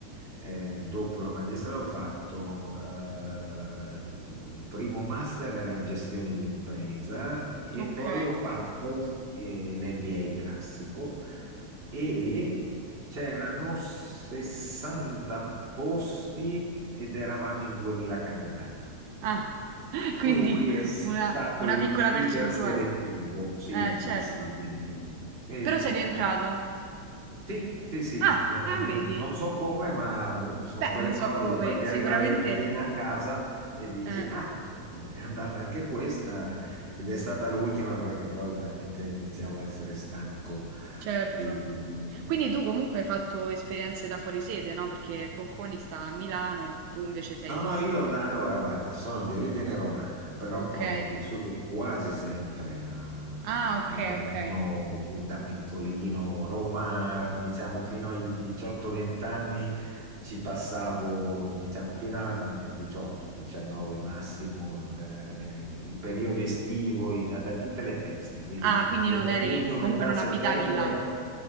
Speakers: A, on the right; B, on the right.
A: eh, dopo la magistrale ho fatto eh, il primo master era in gestione d'impresa e
B: ok.
A: poi ho fatto l'NBA classico. e C'erano 60 posti ed eravamo in 2000 candidati.
B: Ah, <laughs> quindi
A: Quindi è stato
B: una, una
A: i-
B: piccola
A: iperselettivo.
B: percentuale.
A: Sì,
B: Eh,
A: sì,
B: certo.
A: sì. Quindi, eh,
B: Però sei rientrato.
A: beh, sì, sì, sì. eh,
B: Ah,
A: Non
B: eh, vedi.
A: non so come, ma boh, sono
B: Beh,
A: quelle
B: non
A: cose
B: so come,
A: che poi ti arriva
B: sicuramente...
A: la letterina a casa e dici,
B: Eh,
A: ah,
B: eh.
A: occhio, è andata anche questa ed è stata l'ultima perché poi veramente iniziavo a essere stanco
B: Certo.
A: di di- di-
B: Quindi tu comunque hai fatto esperienze da fuori sede, no? Perché Bocconi sta a Milano, tu invece sei
A: No,
B: di
A: no,
B: giù.
A: io allora guarda, sono di origine romana, però
B: Ok.
A: poi ho vissuto quasi sempre a,
B: Ah,
A: a-
B: ok,
A: a Milano
B: ok.
A: fin da piccolino. Roma, diciamo, fino ai 18-20 anni ci passavo, diciamo, fino a 18-19 massimo, eh, le- il periodo estivo, i Natale, tutte le feste. Quindi
B: Ah, quindi
A: metà
B: non eri,
A: giugno,
B: comunque
A: metà
B: non
A: settembre.
B: abitavi là.